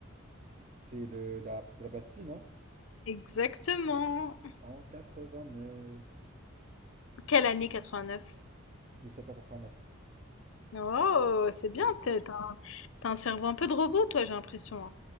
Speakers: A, on the right (about 35°); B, on the left (about 65°).
A: C'est le... la prise de la Bastille, non?
B: Exactement.
A: En 89.
B: Quelle année 89?
A: 1789.
B: Oh, c'est
A: Eh
B: bien,
A: oui.
B: t'es- t'as un t'as un cerveau un peu de robot, toi, j'ai l'impression. hein.